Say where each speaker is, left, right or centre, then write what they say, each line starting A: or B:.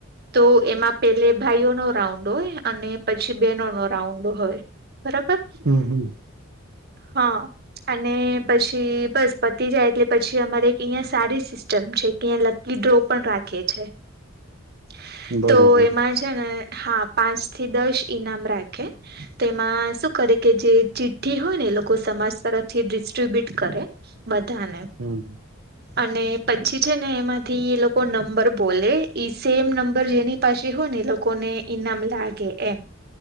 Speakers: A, on the right; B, on the right.
A: તો એમાં પેલે ભાઈઓ નો રાઉન્ડ હોય અને પછી બેનો નો રાઉન્ડ હોય. બરાબર
B: હમ હમ
A: હા અને પછી જાય એટલે પછી અમારે એક અહીંયા સારી સિસ્ટ ચમ છે કે અં લલી ડ્રો પણ રાખે. <unintelligible>
B: બરોબર
A: તો એમાં છે ને હા પાંચ થી દસ ઈનામ રાખે. તેમાં શું કરે કે જે ચિઠ્ઠી હોય ને એ લોકો સમાજ તરફથી ડિસ્ટ્રીબ્યુટ કરે બધાને
B: હમ
A: અને પછી છે ને એમાં થી એ લોકો નંબર બોલે ઈ સેમ નંબર જેની પાછી ને લોકોને ઈનામ લાગે એમ